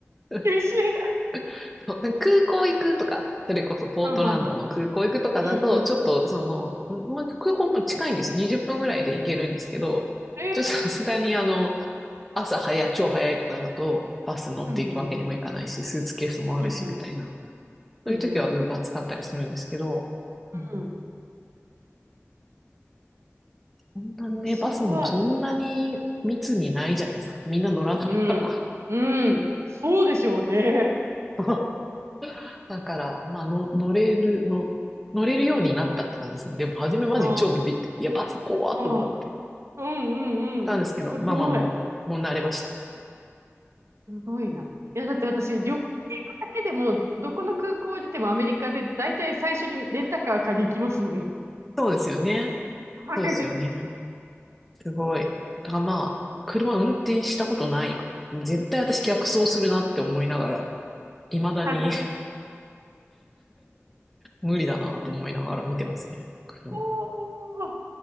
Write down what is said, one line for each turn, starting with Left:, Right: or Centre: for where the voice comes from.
Centre: た。
Right: 厳しい。
Centre: <laughs> そうなんか空港行くとか、それこそポートランドの空港行くとかだと、
Right: はんはんはん。うんうん。
Centre: ちょっとその、
Right: うん。
Centre: うんまあ、空港も近いんですよ。20分ぐらいで行けるんですけど、
Right: ええ
Centre: ちょっとさすがにあの、朝早い、超早いとかだと、バス乗っていくわけにもいかないし、
Right: うんうん。
Centre: スーツケースもあるし、
Right: うんうん。
Centre: みたいな。
Right: うんうん。
Centre: そういう時は Uber 使ったりするんですけど、うん、
Right: うん。
Centre: そんなね、
Right: 面白い。
Centre: バスもそんなに密にないじゃないですか。みんな乗らないから。
Right: うん。うん。そうでしょうね。
Centre: <laughs> だから、まあの、乗れる、の、乗れるようになったって感じですね。でも、初めマジ超ビビって、
Right: うん。
Centre: いや、バス怖っと思って
Right: はい。うんうんうん。
Centre: たんですけど、
Right: すごい。
Centre: まあまあ、もう、もう慣れました。
Right: すごいな。いや、だって私、旅行に行くだけでも、どこの空港降りてもアメリカで、だいたい最初にレンタカー借り行きますもん。
Centre: そうですよね。
Right: はい。
Centre: そうですよね。すごい。だからまあ、車運転したことないから。でも絶対私逆走するなって思いながら、未だに
Right: <laughs>
Centre: 無理だなと思いながら見てますね、車。
Right: おー